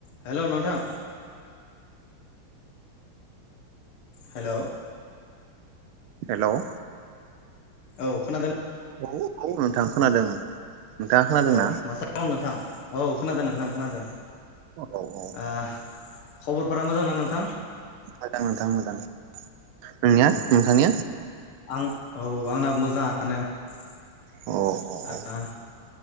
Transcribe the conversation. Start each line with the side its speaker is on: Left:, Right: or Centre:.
Left: हेल' नोंथां hello.
Right: Hello
Left: औ खोनादों।
Right: औ औ नोंथां। खोनादों। नोंथाङा खोनादोंना
Left: औ मोजांं नोंथां। औ खोनादों नोंथां खोनादों।
Right: औ औ।
Left: ओ खबरफोरा मोजां ना नोंथां।
Right: मोजां नोंथां मोजां मोजां। नोंनिया
Left: औ
Right: नोंथांनिया।
Left: आं औ आंना मोजां। मोजानो
Right: अ औ औ